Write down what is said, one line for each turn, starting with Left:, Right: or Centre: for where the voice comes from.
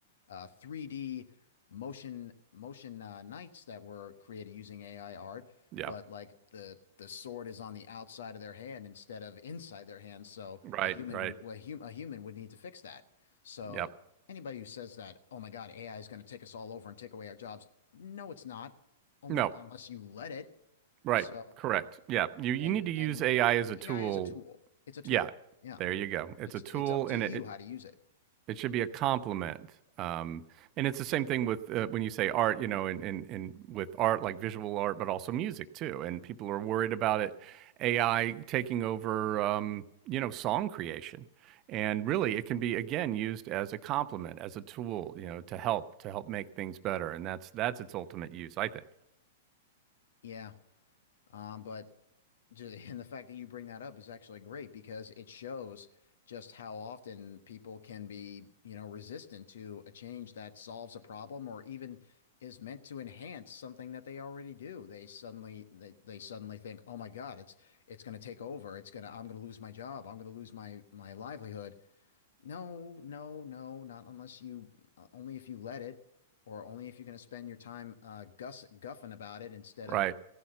Left: uh, 3D motion motion uh, knights that were created using AI art,
Right: Yeah.
Left: but like the the sword is on the outside of their hand instead of inside their hand, so
Right: Right,
Left: a human
Right: right.
Left: would well, a, hum, a human would need to fix that. So
Right: Yep.
Left: anybody who says that, oh my God, AI is going to take us all over and take away our jobs, no, it's not. Only
Right: No.
Left: unless you let it.
Right: Right.
Left: So
Right: Correct. Yeah. You you
Left: and
Right: need to use
Left: and
Right: AI as a tool.
Left: AI is a tool. It's a tool.
Right: Yeah.
Left: Yeah.
Right: There you go. It's
Left: It's
Right: a tool
Left: it's up to
Right: and
Left: you
Right: it
Left: how to use it.
Right: it should be a complement. Um, and it's the same thing with uh, when you say art, you know, and in, in, in with art like visual art, but also music too. And people are worried about it, AI taking over, um, you know, song creation. And really, it can be again used as a complement, as a tool, you know, to help to help make things better. And that's that's its ultimate use, I think.
Left: Yeah. Um, but ju- <laughs> and the fact that you bring that up is actually great because it shows just how often people can be, you know, resistant to a change that solves a problem or even is meant to enhance something that they already do. They suddenly they, they suddenly think, "Oh my God, it's it's going to take over. It's going to I'm going to lose my job. I'm going to lose my my livelihood." No, no, no, not unless you, uh, only if you let it, or only if you're going to spend your time uh, guss guffing about it instead
Right: Right.
Left: of